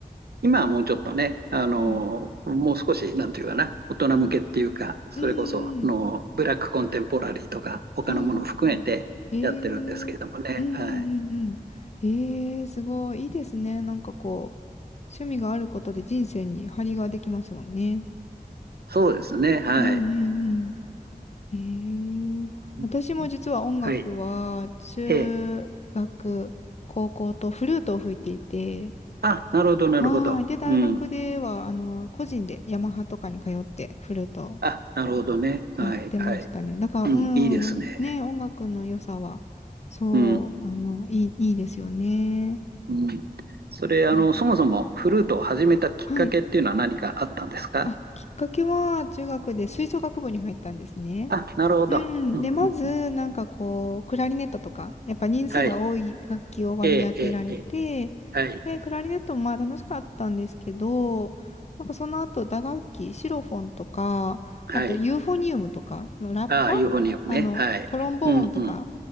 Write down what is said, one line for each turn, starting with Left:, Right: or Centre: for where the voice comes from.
Right: 今はもうちょっとね、あの、
Left: うん。はい。
Right: もう少し、なんていうかな、大人向けっていうか、
Left: うん。
Right: それこそ、
Left: うん
Right: あの、
Left: うんうん。
Right: ブラックコンテンポラリーとか、他のものを含めてやってるんですけれどもね。
Left: はいはいはい。ええうんうんうんうん。
Right: はい。
Left: ええすごい。いいですね。なんかこう、趣味があることで人生に張りができますもんね。
Right: そうですね。はい。
Left: うんうんうん。ええ私も実は音楽は、
Right: うんはい。
Left: 中学、
Right: ええ。
Left: 高校とフルートを吹いていて、
Right: あ、なるほど、なるほど。
Left: はい。で、大学では、
Right: うん。
Left: あの、個人でヤマハとかに通ってフルート
Right: あ、なるほどね。はい、
Left: やってましたね。
Right: はい。
Left: だから、
Right: うん、
Left: うん、
Right: いいですね。
Left: ね、音楽の良さは、そう、
Right: うん、
Left: あの、いい、いいですよね。
Right: うん。それ、あの、
Left: うん
Right: そもそもフルートを始めたきっかけっていうのは何かあったんですか
Left: はい。あ、きっかけは、中学で吹奏楽部に入ったんですね。
Right: あ、なるほど。
Left: うん。
Right: うん、
Left: で、まず、
Right: うん。
Left: なんかこう、クラリネットとか、やっぱ人数が多い楽器を割り当てられて、
Right: はい。ええ、ええ、ええ。はい、
Left: で、クラリネットもまあ楽しかったんですけど、なんかその後、打楽器、シロフォンとか、
Right: はい。
Left: あとユーフォニウムとか、そのラッパ、
Right: ああ、ユーフォニウムね。
Left: あの、
Right: はい。
Left: トロンボーンとか、
Right: うん、うん。